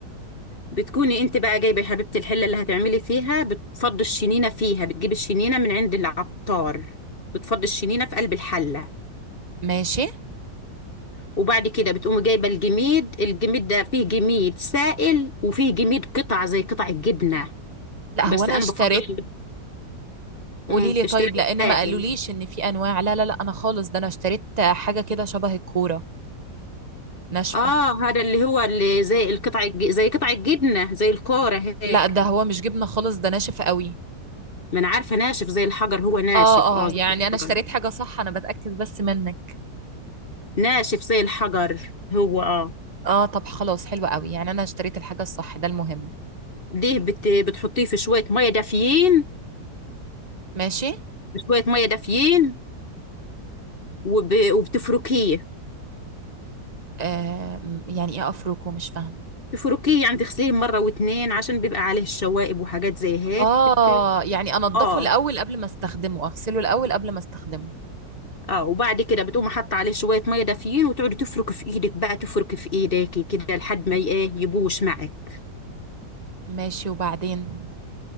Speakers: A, on the left; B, on the right.
A: بتكوني انت بقى جايبة يا حبيبتي الحلة اللي هتعملي فيها بتفضي الشنينة فيها بتجيبي الشنينة من عند العطار بتفضي الشنينة في قلب الحلة
B: ماشي
A: وبعد كده بتقومي جايبة الجميد الجميد ده فيه جميد سائل وفيه جميد قطع زي قطع الجبنة
B: لا
A: بس
B: هو انا
A: انا
B: اشتريت
A: بفضل
B: قولي
A: امم
B: لي طيب
A: اشتراك
B: لان
A: السائل
B: ما قالوليش ان في انواع لا لا لا انا خالص ده انا اشتريت حاجة كده شبه الكورة ناشفة
A: اه هذا اللي هو اللي زي القطع الج- زي قطع الجبنه زي الكوره هيك
B: لا ده هو مش جبنة خالص ده ناشف قوي
A: ما انا عارفه ناشف زي الحجر هو ناشف
B: اه
A: اه
B: اه
A: زي
B: يعني
A: الحجر
B: انا اشتريت حاجة صح انا بتأكد بس منك
A: ناشف زي الحجر هو اه
B: اه طب خلاص حلو قوي يعني انا اشتريت الحاجة الصح ده المهم
A: دي بت... بتحطيه في شويه ميه دافيين
B: ماشي
A: في شويه ميه دافيين وب... وبتفركيه
B: آه م- يعني ايه افركه مش فاهمة
A: تفركيه يعني تغسليه مره واتنين عشان بيبقى عليه الشوائب وحاجات زي هيك
B: اه
A: بت...
B: يعني انضفه
A: اه
B: الاول قبل ما استخدمه اغسله الاول قبل ما استخدمه
A: اه وبعد كده بتقوم حاطه عليه شويه ميه دافيين وتقعدي تفرك في ايدك بقى تفرك في ايديكي كده لحد ما ي- ايه يبوش معك
B: ماشي وبعدين